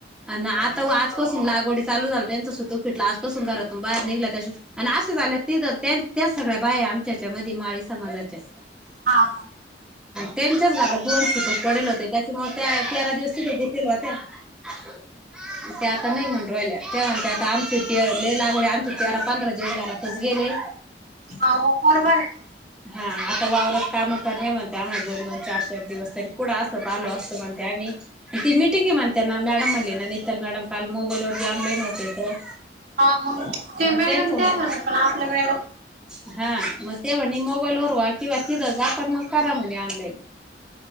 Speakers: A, in the centre; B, on the right.
A: आता आजपासून लागवडी चालू झाल त्यांचं सुतूक फिटलं आजपासून घरातून बाहेर निघला. आणि असं झालय तिथे त्याच सगळ्या बाया आमच्या याच्या मधी माळी समाजाच्या.
B: हा
A: त्यांच्याच घरात दोन सुतक पडेल होते त्याच्या मुळे त्या तेरा दिवस तिथे गुतेल होत्या. ते <unintelligible> ते आता नाही म्हणुण राहिल्या तेव्हाण ते आता आमची ते लय लागवड आमची. तेरा, पंधरा दिवस घरातच गेले.
B: अ मग बरोबर आहे ना.
A: हा आता वावरात काम कर नाही म्हणते आम्हा दोन दोन चार चार दिवस तरी कुठ असत आलो असतो म्हणते आम्ही. ती मिटिंगे म्हणते ना मॅडम म्हटल्या नितल मॅडम काल मोबाईल वर ऑनलाईन होते.
B: हा म्हून ते
A: मग
B: मॅडम
A: त्यांच
B: ते म्हत पण आपलं मॅडम.
A: हा मग ते म्हणे मोबाईल वरव्हा किंवा तिथं जापण मग करा म्हणे ऑनलाईन.